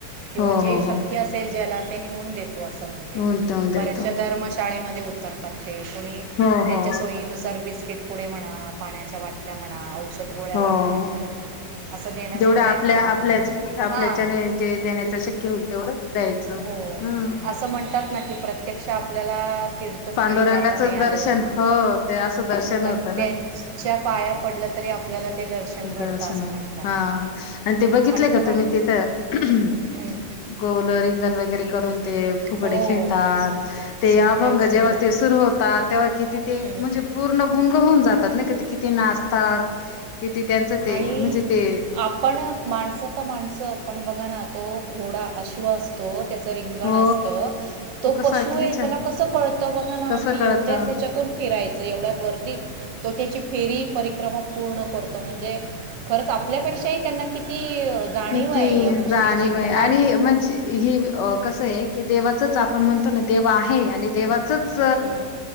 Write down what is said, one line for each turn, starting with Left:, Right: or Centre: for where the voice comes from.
Right: किंवा
Left: हो
Right: जे
Left: हो
Right: शक्ती
Left: हो
Right: असेल. ज्याला ते निऊून देतो असं म्हणजे.
Left: होऊन देऊन
Right: बऱ्याचशा
Left: देतो
Right: धर्मशाळेमध्ये उतरतात ते कोणी?
Left: हो
Right: त्यांच्या
Left: हो
Right: सोयीनुसार बिस्किट. पुडे म्हणा. पाण्याच्या बाटल्या म्हणा औषध गोळ्या
Left: हो.
Right: म्हणा. असं देण्याचा
Left: जेवढं
Right: प्रयत्न
Left: आपल्या
Right: करतो.
Left: आपल्या
Right: म
Left: आपल्याच्याने
Right: हां.
Left: जे देण्याचं शक्य होईल तेवढं द्यायचं.
Right: हो
Left: हम्म
Right: असं म्हणतात ना की प्रत्ये प्रत्यक्षा आपल्याला. तीर्थस्थळी
Left: पांडुरंगाचंच
Right: जाता नाही. आलं
Left: दर्शन हो ते असं दर्शन
Right: तर
Left: होतं
Right: त्यांच्या
Left: ना
Right: पाया पडल्या तरी आपल्याला. ते दर्शन घडतं
Left: दर्शनात
Right: असं म्हणतात
Left: हा आणि ते बघितले का
Right: बघा
Left: तुम्ही
Right: ना
Left: तिथं
Right: हं.
Left: गोल रिंगण वगैरे करून. ते फुगडे
Right: हो
Left: खेळतात ते
Right: सुंदर
Left: अभंग
Right: सुंदर
Left: जेव्हा ते सुरू होतात तेव्हा कीती ते म्हणजे
Right: हं.
Left: पूर्ण गुंग होऊन जात. तर नाई का किती नाचतात. किती त्यांचं ते
Right: आणि
Left: म्हणजे ते
Right: आपण माणसं तर माणसं पण बघा ना् तो घोडा अश्वासतो त्याचं रिंगण
Left: हो
Right: असतं तो
Left: कसा
Right: पशू
Left: किती
Right: आहे.
Left: छान
Right: त्याला कसं कळतं बघा ना
Left: कसं
Right: की
Left: कळतं
Right: एवढ्याच त्याच्यातून फिरायचं एवढ्या गर्दीत तो त्याची फेरी? परिक्रमा पूण करतो म्हणजे? म्हे खरंच आपल्यापेक्षाही त्यांना किती जाणीव
Left: किती
Right: आहे या गोष्टीची
Left: जाणे
Right: भान
Left: म्ह आणि म्हणजे ह. कस आहे की देवाचच आपण म्हणतो. ना देव आहे. हे आणि
Right: हं,
Left: देवाचच
Right: हं.